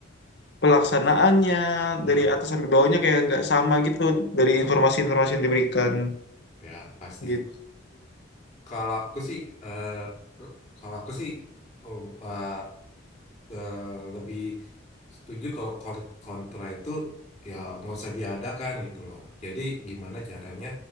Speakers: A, on the left; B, on the left.
A: pelaksanaannya
B: hmm,
A: dari atas sampai bawahnya kayak nggak sama gitu dari informasi-informasi yang diberikan
B: ya, pasti.
A: gitu.
B: Kalau aku sih, eh, kalau aku sih, oh, eh, eh, lebih setuju kalau kon- kontra itu ya nggak usah diadakan gitu loh. Jadi gimana caranya?